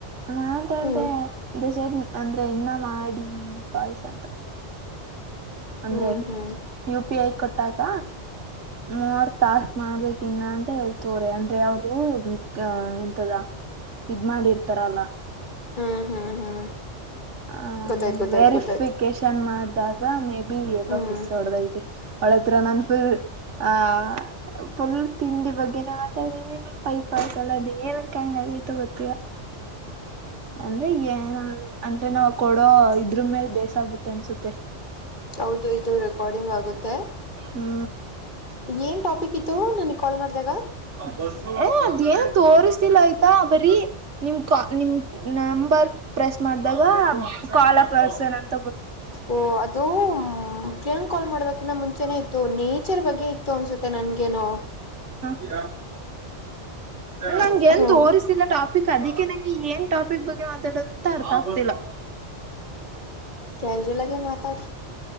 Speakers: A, on the right; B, on the left.
A: ಮಾತಾಡ್ದೇ
B: ಹ್ಮ್
A: <unintelligible> ಜಬ್ನ್ ಅಂದ್ರೆ ಇನ್ನ ಮಾಡೀ ಕಾಲ್ಸ್ ಅಂತ. ಅಂದ್ರೆ,
B: ಹ್ಮ್ ಹ್ಮ್
A: ಯು ಪಿ ಐ ಕೊಟ್ಟಾಗ ಮೂವರ್ ಟಾಸ್ಕ್ ಮಾಡ್ಬೇಕಿನ್ನ ಅಂತ ಹೇಳ್ತವ್ರೆ ಅಂದ್ರೆ ಅವರೂ ಎಂತದ ಇದ್ ಮಾಡಿರ್ತಾರಲ್ಲ
B: ಹ್ಮ್ ಹ್ಮ್ ಹ್ಮ್
A: ಆ
B: ಗೊತ್ತಾಯ್ತು ಗೊತ್ತಾಯ್ತು
A: ವೆರಿಫಿಕೇಶನ್
B: ಗೊತ್ತಾಯ್ತು
A: ಮಾಡ್ ದಾಗ ಮೇಬ್ ಬಿ ಎಲ್ಲೋ
B: ಹ್ಮ್
A: ಮಿಸ್ ಒಡ್ದೈತೆ. ಅವ್ಳತ್ರ ನಾನ್ ಫುಲ್ ಆ ಫುಲ್ ತಿಂಡಿ ಬಗ್ಗೆನೆೇ ಮಾತಾಡಿದಿನಿ ಫೈ ಕಾಲ್ಸ್ ಅಲ್ ಅದ್ ಏನಂತ ಅಂಗಾಗೈತೋ ಗೊತ್ತಿಲ್ಲ. ಅಂದ್ರೆ ಏನಾದ್ರೂ ಅಂದ್ರೆ ನಾವ್ ಕೊಡೋ ಇದ್ರ್ ಮೇಲ್ ಬೇಸ್ ಆಗುತ್ತೆ ಅನ್ಸುತ್ತೆ.
B: ಹೌದು ಇದು ರೆಕಾರ್ಡಿಂಗ್ ಆಗುತ್ತೆ.
A: ಹ್ಮೂ.
B: ಏನ್ ಟಾಪಿಕ್ ಇತ್ತು ನನಿಗ್ ಕಾಲ್ ಮಾಡ್ದಾಗ.
A: <unintelligible> ಏ ಅದೇನ್ ತೋರಸ್ತಿಲ್ಲ ಆಯ್ತಾ ಬರೀ ನಿಮ್ ಕಾ ನಿಮ್ number press ಮಾಡ್ದಾಗಾ <unintelligible> call a person ಅಂತ್
B: ಓ ಅದುೂ ಪ್ರಿಯಾಂಕ್ ಕಾಲ್ ಮಾಡ್ಬೇಕನ್ನ ಮುಂಚೆನೇ ಇತ್ತು ನೇಚರ್ ಬಗ್ಗೆ ಇತ್ತು ಅನ್ಸುತ್ತೆ ನನ್ಗೇನೋ
A: ಈ ನಂಗೆ ಎಂತೋರಿಸಿಲ್ಲ
B: ಹಾ
A: ಟಾಪ್ <inaudible> ಅದ ನಂಗೆ ಏನ್ ಟಾಪಿಕ್ ಬಗ್ಗೆ ಮಾತಾಡೋದು ಅಂತ ಅರ್ಥ ಆಗ್ತಿಲ್ಲ
B: ಕ್ಯಾಜುಲ್ ಆಗಿ ಮಾತಾಡಿ